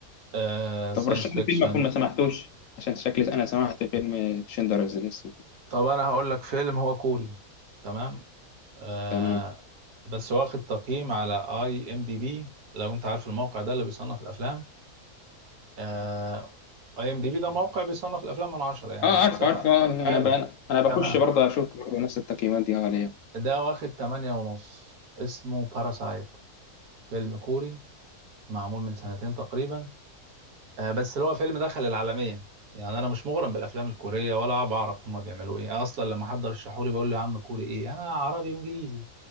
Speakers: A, on the right; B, on the left.
A: أه
B: طب
A: ساينس
B: رشح
A: فيكشن
B: لي فيلم أكون ما سمحتوش عشان شكلي أنا سمعت فيلم شندلرز ليست
A: طب انا هقول لك فيلم هو كوري تمام آه
B: تمام
A: بس واخد تقييم على اي ام دي بي لو انت عارف الموقع ده اللي بيصنف الافلام آه اي ام دي بي ده موقع بيصنف الافلام من عشرة يعني
B: اه عارف
A: بسبعة
B: عارف اه انا
A: حلو
B: ب... انا بخش
A: تمام
B: برضه اشوف برضه نفس التقييمات دي عليه
A: ده واخد تمانية ونص اسمه باراسايت فيلم كوري معمول من سنتين تقريبا آه بس اللي هو فيلم دخل العالمية يعني انا مش مغرم بالافلام الكورية ولا بعرف هما بيعملوا ايه اصلا لما حد رشحولي بقول له يا عم كوري ايه انا عربي وانجليزي